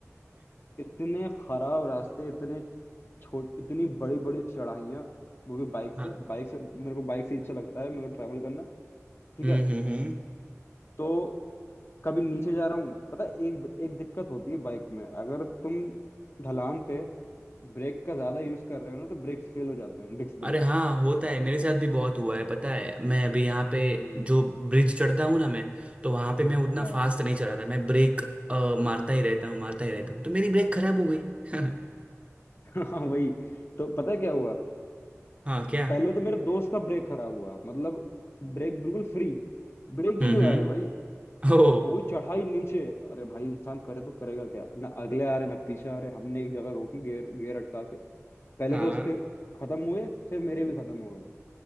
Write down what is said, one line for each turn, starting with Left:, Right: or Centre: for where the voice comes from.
Left: इतने खराब रास्ते इतने छोट इतनी बड़ी बड़ी चढ़ाइयाँ वो भी बाइक से
Right: हाँ
Left: बाइक से मेरे को बाइक से ही अच्छा लगता है मेरे को ट्रैवल करना ठीक
Right: हम्म
Left: है
Right: हम्म हम्म।
Left: तो कभी नीचे जा रहा हूँ पता है, एक एक दिक्कत होती है बाइक में अगर तुम ढलान पे ब्रेक का ज्यादा यूज कर रहे हो ना तो ब्रेक्स फेल हो जाते हैं डिस्क ब्रेक
Right: अरे हाँ होता है मेरे साथ भी बहुत हुआ है पता है मैं अभी यहाँ पे
Left: हम्म
Right: जो ब्रिज चढ़ता हूँ ना मैं तो वहां पे मैं उतना
Left: हाँ
Right: फास्ट नहीं चलाता मैं ब्रेक अ, मारता ही रहता हूँ मारता ही रहता हूँ तो मेरी ब्रेक खराब हो गई <laughs>
Left: <laughs> हाँ वही तो पता है क्या हुआ
Right: हाँ क्या
Left: पहले तो मेरे दोस्त का ब्रेक खराब हुआ मतलब ब्रेक बिल्कुल फ्री ब्रेक
Right: हम्म
Left: ही नहीं
Right: हम्म
Left: आ रहे भाई
Right: <laughs> ओ
Left: वो चढ़ाई नीचे अरे भाई इंसान करे तो करेगा क्या ना अगले आ रहे ना पीछे आ रहे हमने एक जगह रोकी गियर गियर अटका के पहले
Right: हाँ
Left: तो उसके खत्म हुए फिर मेरे भी खत्म हो गए